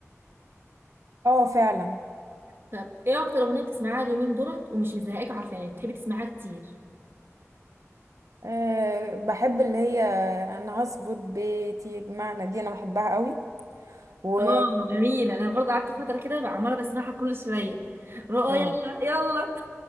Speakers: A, on the right; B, on the right.
A: اه فعلا
B: طب ايه اكتر اغنيه بتسمعها اليومين دولت ومش مزهقاك عارفاني بتحبي تسمعها كتير
A: أه بحب اللي هي انا هظبط بيتي يجمعنا دي انا بحبها قوي و
B: اه جميلة انا برضه قعدت فتره كده بقى عماله بسمعها كل شويه رؤى
A: آه.
B: يلا يلا